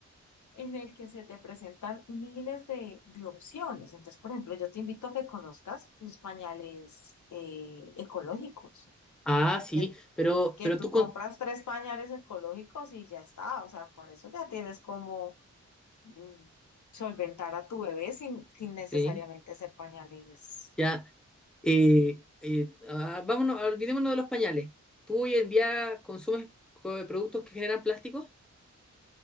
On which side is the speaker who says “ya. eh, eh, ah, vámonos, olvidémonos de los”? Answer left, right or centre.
Centre